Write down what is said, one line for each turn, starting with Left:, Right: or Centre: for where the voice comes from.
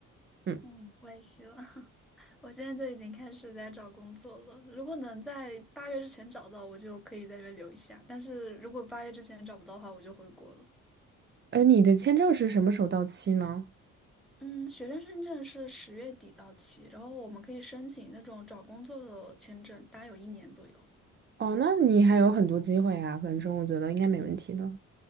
Right: 嗯，
Centre: 嗯，我也希望。<laughs> 我现在就已经开始在找工作了。如果能在八月之前找到，我就可以在这边留一下。但是如果八月之前找不到的话，我就回国了。
Right: 呃，你的签证是什么时候到期呢？
Centre: 嗯，学生签证是十月底到期，然后我们可以申请那种找工作的签证，大概有一年左右。
Right: 哦，那你还有很多机会啊，反正我觉得应该没问题的。